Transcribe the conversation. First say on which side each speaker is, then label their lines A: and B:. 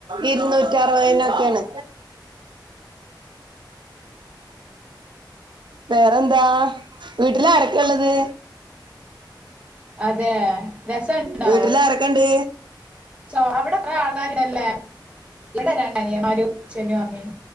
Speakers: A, on the right; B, on the right.
A: ഇരുന്നൂറ്റി അറുപതിനനൊക്കെയാണ് വേറെന്താ വീട്ടിലരൊക്കെയ ഉള്ളത്
B: അതെ രസണ്ടോ
A: വീട്ടില ആാരൊക്കെ ഇണ്ട്
B: സോ അവിടെ കുറെ ആൾക്കാരല്ലേ ഇവിടെ രണ്ട് അനിയൻമാരും അച്ഛനും അമ്മയും